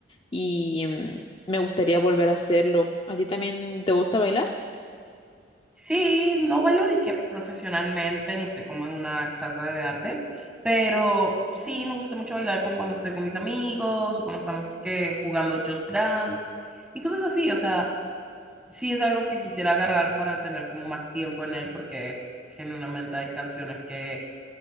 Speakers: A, on the left; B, in the centre.
A: y em, me gustaría volver a hacerlo. ¿A ti también te gusta bailar?
B: Sí, no bailo disque profesionalmente, ni estoy como en una casa de artes, pero sí me gusta mucho bailar como cuando estoy con mis amigos o cuando estamos así que jugando Just Dance y cosas así, o sea, sí es algo que quisiera agarrar para tener como más tiempo en él porque genuinamente hay canciones que